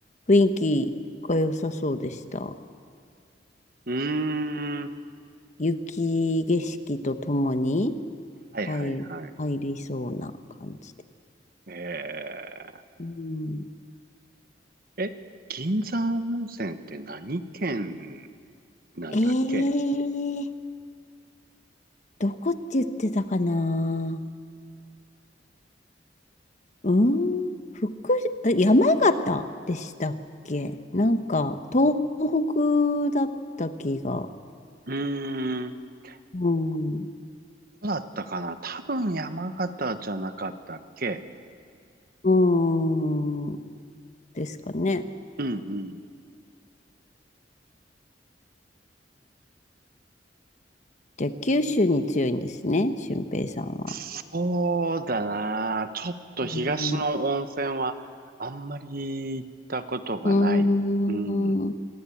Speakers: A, on the left; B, on the right.
A: 雰囲気が良さそうでした。
B: うーん。
A: 雪景色とともに
B: はいはいはい。
A: 入、入りそうな感じで。
B: え
A: うん、
B: ー、え、銀山温泉って何県なんだっけ
A: えー、どこって言ってたかなうん、福、あ山形でしたっけなんか東北だった気が。
B: うーん。こ
A: うん。
B: こだったかな多分山形じゃなかったっけ
A: うーん。ですかね。
B: うんうん。
A: じゃあ、九州に強いんですね、俊平さんは。
B: そうだな。ちょっと東の温泉はあんまり行ったことがない。
A: うん、うーん
B: うん。